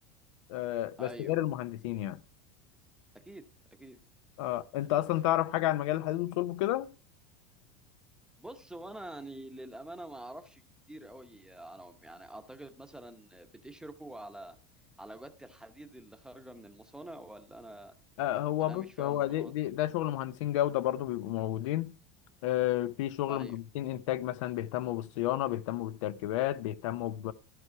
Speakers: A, on the left (about 75°); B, in the centre.
A: آه، بس
B: ايوه
A: غير المهندسين يعني
B: اكيد اكيد
A: آه، انت اصلا تعرف حاجة عن مجال الحديد والصلب كده
B: بص وانا يعني للامانه ما اعرفش كتير قوي عنهم يعني اعتقد مثلا بتشرفوا على على جوده الحديد اللي خارجه من المصانع ولا انا
A: آه، هو
B: ولا
A: بص
B: انا مش فاهم
A: هو دي
B: غلط
A: دي ده شغل مهندسين جودة برضو بيبقوا موجودين آه، في شغل
B: ايوه
A: مهندسين إنتاج مثلا بيهتموا بالصيانة بيهتموا بالتركيبات بيهتموا ب...